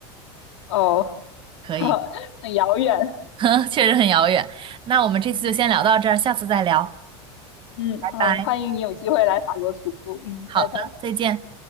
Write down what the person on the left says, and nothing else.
哦，
<laughs> 很遥远。
嗯。
嗯嗯，
欢迎你有机会来法国徒步。嗯，
拜拜。